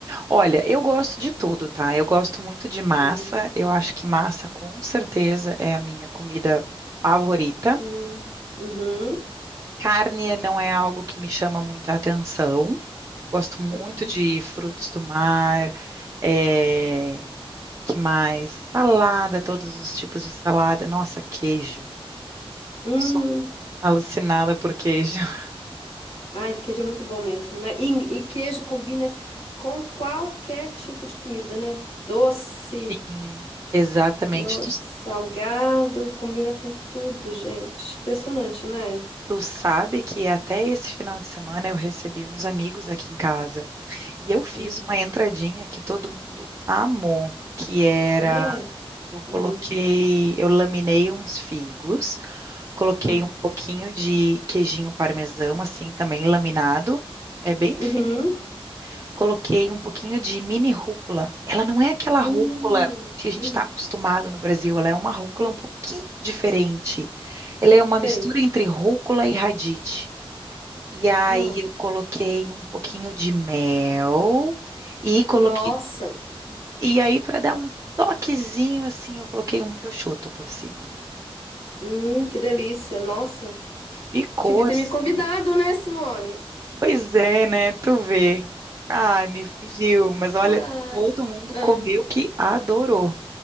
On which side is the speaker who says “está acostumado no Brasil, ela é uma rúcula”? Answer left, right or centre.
Right